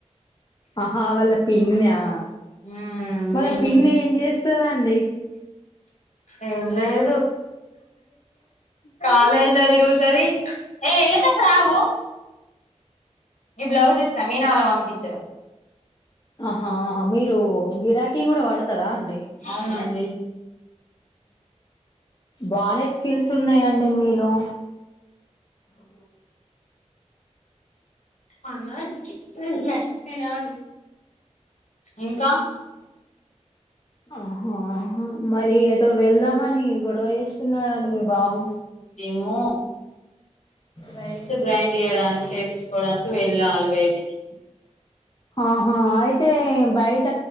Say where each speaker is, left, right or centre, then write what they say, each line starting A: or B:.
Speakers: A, on the left; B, on the left.
A: ఆహావల పిన్న ఆ
B: ఉమ్
A: వల్ల పిన్ని ఏం చేస్తాద అండి
B: ఏం లేదు కాలేజ్ల తిరుగుతది ఏ ఎలేత పొడ ఆగు ఇ బ్లౌస్ ఇస్తా మీనా వాల్ల మమ్మీకి చెవు
A: ఆహా ఆహా మీరు గిరాకీ కూడా వాడతారా అండి
B: అవునండి
A: బానే స్కిల్స్ ఉన్నాయండి మీలో
B: పన చి నే నేవని ఇంకా
A: ఆహో అహో మరి ఏటో వెళ్దామని గొడవ వేస్తున్నానండి మీ బాబు
B: మేము
A: రైస్ గ్రాండ్
B: గ్రైండ్
A: చేయడానికి చెప్పించుకోవడా
B: చేపించుకోవడానికి
A: నికి వెళ్దాం
B: వెళ్ళాలి
A: అని
B: బయటికి
A: ఆహా అయితే బయట